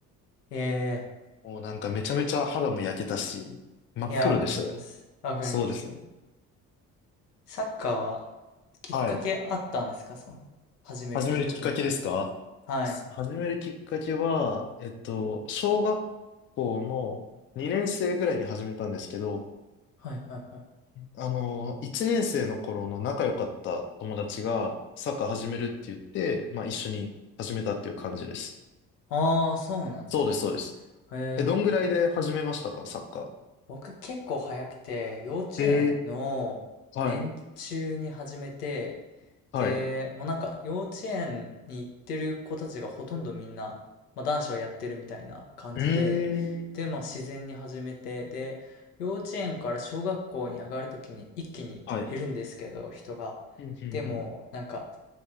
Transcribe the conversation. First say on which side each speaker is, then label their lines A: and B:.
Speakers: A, on the left; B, on the left.
A: ええ
B: もうなんかめちゃめちゃ肌も焼けたし、真っ黒でしたね。
A: いや、わかります。わかります。
B: そうですね。
A: サッカーはきっかけあったんですかその、
B: はい。
A: 始めるきっかけみたい
B: 始めるきっかけですかす始めるきっかけは、
A: な。はい。
B: えっと、小学校の2年生ぐらいに始めたんですけど、
A: はいはいはい。
B: あの、1年生の頃の仲良かった友達がサッカー始めるって言って、まあ一緒に始めたっていう感じです。
A: ああ、そうなんですね。
B: そうです、そうです。
A: えー
B: え、どんぐらいで始めましたか、サッカ
A: 僕結構早くて、幼稚園の年中に始めて、
B: ー。えー、はい、はい。
A: で、もうなんか幼稚園に行ってる子たちがほとんどみんな、まあ、男子はやってるみたいな感じで、
B: うーん、
A: で、まあ自然に始めて、で、幼稚園から小学校に上がるときに一気に減るんですけど、
B: はい。
A: 人が。
B: うんうんうん
A: でも、なんか、